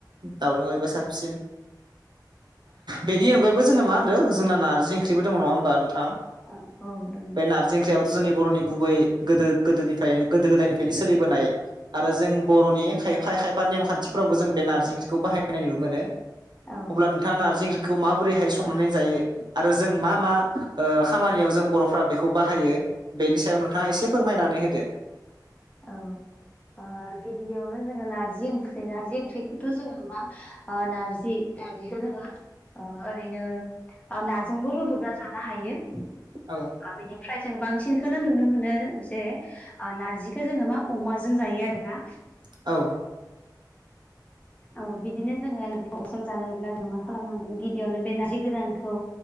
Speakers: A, on the right (about 70°); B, on the left (about 20°).
A: दाउ लकेलबा साबसिन बेनि अनगायबो जोंङो मा होनदों जोंना नारजि ओंख्रिबो दंङो नंङा होमबा नोंथां
B: औ औ दंङो
A: बे नारजि ओंख्रियाबथ' जोंनि बर'नि गुबै गोदो गोदोनिफ्राय गोदो गोदायनिफ्रायनो सोलिबोनाय आरो जों बर'नि खायफा खायफा नेमखानथिफ्रावबो जों बे नारजि ओंख्रिखौ बाहायनाय नुनो मोनो।
B: औ
A: अब्ला नोंथांङा नारजि ओंख्रिखौ माबोरैहाय संनानै जायो। आरो जों मा मा ओ खामानियाव जों बर'फ्रा बेखौ बाहायो बेनि सायाव नोंथांङा एसे फोरमायनानै होदो
B: औ ब गिबियावनो जोंङो नारजि ओंख्रि नारजि ओंख्रिखौथ' जोंङो मा आ नारजि नारजिखोनो ओरैनो नाजोंबो रुदुबना जानो हायो।
A: औ
B: बेनिफ्राय जों बांसिनखौनो नुनो मोनो जे ओ नारजि बेखौ जोङो मा अमाजों जायो आरो ना।
A: औ
B: औ बिदिनो जोङो सम सम जानोब्ला जों मा खालामनांदों गिबियावनो बे नारजि गोरानखौ